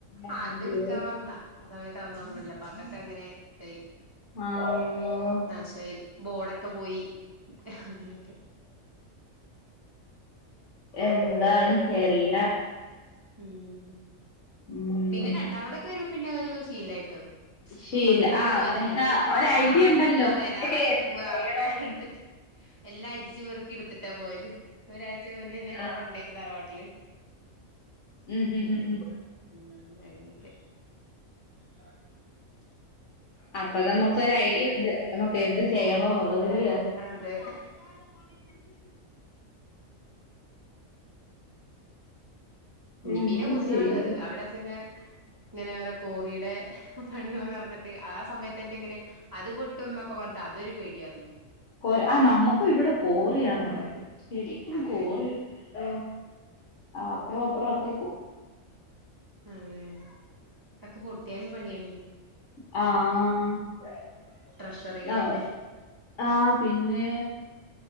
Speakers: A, on the left (about 65°); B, on the right (about 20°).
A: അയ്യോ!
B: അത് ഇട്ക്കാൻ മറന്നാ ആ സമയത്ത് അതൊന്നും ഓർമ്മല്ല അപ്പ അതൊക്കെങ്ങനേ ഇതായി.
A: <unintelligible>
B: നാശായി ബോഡൊക്കെ പോയി അങ്ങനെയൊക്കെ
A: എന്താണ് എല്ലാ
B: ഉം
A: ഉം.
B: പിന്നെ രണ്ടാമതൊക്കെ വരുമ്പോ പിന്നെ അതൊരു ശീലായിട്ടോ.
A: ശീല
B: ഫസ്റ്റ് വന്ന്
A: ആ
B: പോയതല്ലേ
A: നമുക്ക്
B: <unintelligible> പിന്നെ
A: ഒരു
B: ആഹ്
A: ഐഡിയ ഉണ്ടല്ലോ
B: ആ വരാറായി
A: എന്ത്
B: പൂവ്വാ
A: ചെയ്യണോന്ന്
B: ഒക്കെ ഇടുത്തിട്ട് എല്ലാ അരിച്ച് പെറുക്കി ഇടുത്തിട്ടാ പോയത് ഒരാഴ്ച മുന്നന്നേ ഞങ്ങള്
A: ആ
B: കൊണ്ടയച്ചു തറവാട്ടില്.
A: ഉം ഉം
B: പിന്നെ
A: ഉം ഉം
B: ഉം അങ്ങനെക്കെ. <unintelligible>
A: അപ്പ നമ്മക്കൊരു
B: പിന്നെ
A: ഐഡിയ ഉണ്ട് നമുക്ക് എന്ത് ചെയ്യണോന്നുള്ളത് ഇല്ല്യോ?
B: അതെ. ഉം ഇഞ്ഞ്
A: എന്ത്
B: പിന്നെ കുന്നാ
A: ചെയ്യും
B: ഇള്ളത് അവിടെച്ചങ്ങ് ഇങ്ങനെ ഓരോ കോറീടെ പണികളൊക്കെ നടന്നിട്ട് ആ സമയത്തന്നെ ഇങ്ങനെ അത് പൊട്ടുന്നൊക്കെ പറഞ്ഞിട്ട് അതൊരു പേടിയാർന്നു.
A: കോര ആഹ് നമ്മുക്കും ഇവിടെ കോറിയാണുള്ളേ ശരിക്കും
B: അതെ
A: കോറി ഓഹ് അപ്പറം ഇപ്പറം ഒക്കെ കോ
B: ഏഹ് ഇതൊക്കെ പൊട്ടിയാലും പണിയാണേ.
A: ആഹ് <unintelligible>
B: ട്രഷറികളല്ലേ
A: ആഹ് പിന്നെ